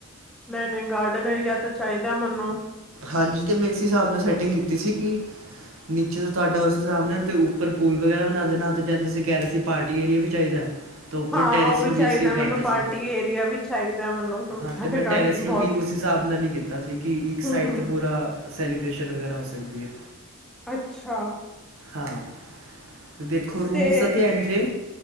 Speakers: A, in the centre; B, on the right (about 70°).
A: ਨਹੀ- ਨਹੀ ਗਾਰਡਨ ਏਰੀਆ ਤਾਂ ਚਾਹੀਦਾ ਮੈਨੂੰ-
B: ਹਾਂਜੀ ਤੇ ਮੈ ਇਸ ਹਿਸਾਬ ਨਾਲ ਸੈਟਿੰਗ ਕੀਤੀ ਸੀ ਕਿ- ਨੀਚੇ ਤੋ ਤੁਹਾਡਾ ਉਸ ਹਿਸਾਬ ਨਾਲ ਅਤੇ ਉਪਰ ਪੂਲ ਵਗੈਰਾ ਬਣਾਦੇ ਨਾਲ ਅਤੇ ਜਦ ਤੁਸੀ ਕਹਿ ਰਹੇ ਸੀ ਪਾਰਟੀ- ਏਰੀਆ ਵੀ ਚਾਹੀਦਾ ਐ। ਓਪਨ
A: ਹਾਂ
B: ਟੈਰਿਸ
A: ਉਹ
B: ਨੂੰ
A: ਚਾਹੀਦਾ
B: ਵੀ ਅਸੀ ਉਹ ਕਰਤਾ
A: ਮੈਨੂੰ ਪਾਰਟੀ
B: ਸੀ
A: ਏਰੀਆ ਵੀ ਚਾਹੀਦਾ ਮੈਨੂੰ ਕਿਉਂਕਿ
B: ਹਾਂ
A: ਸਾਡੇ
B: ਤੇ ਮੈ
A: ਘਰ
B: ਟੈਰਿਸ
A: ਬਹੁਤ
B: ਨੂੰ ਵੀ- ਉਸ ਹਿਸਾਬ ਨਾਲ ਹੀ ਕੀਤਾ ਸੀ ਕਿ ਇਕ
A: ਹੂੰ-ਹੂੰ,
B: ਸਾਈਡ ਤੇ ਪੂਰਾ ਸੈਲੀਬ੍ਰੇਸ਼ਨ ਵਗੈਰਾ ਹੋ ਸਕਦੀ ਐ।
A: ਅੱਛਾ-
B: ਹਾਂ- ਅਤੇ ਦੇਖੋ ਰੂਮਸ
A: ਤੇ
B: ਦਾਤੇ ਐਨਜੇ